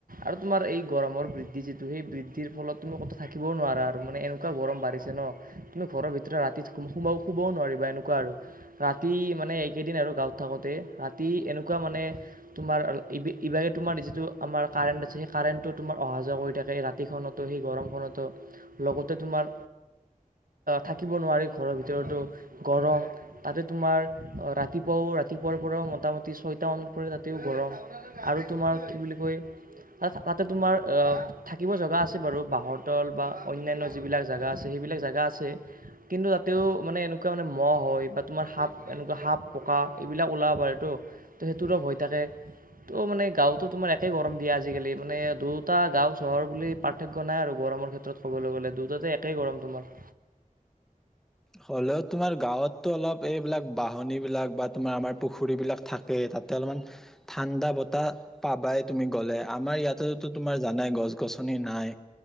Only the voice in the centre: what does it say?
হ'লেও তোমাৰ গাঁৱতো অলপ এইবিলাক বাহনি বিলাক বা তোমাৰ আমাৰ পুখুৰী বিলাক থাকেই তাত তাতে অলপমান ঠাণ্ডা বতাহ পাবাই তুমি গ'লে আমাৰ ইয়াতেতো তোমাৰ জানাই গছ গছ নি নাই,